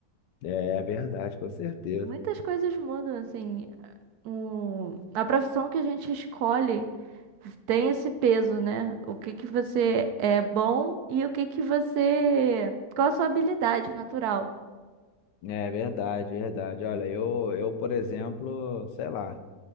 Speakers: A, on the left; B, on the right.
A: é é verdade, com certeza.
B: Muitas coisas mudam, assim. O... A profissão que a gente escolhe tem esse peso, né? O que que você é bom e o que que você. Qual a sua habilidade natural?
A: É verdade, verdade. Olha, eu, eu, por exemplo, sei lá,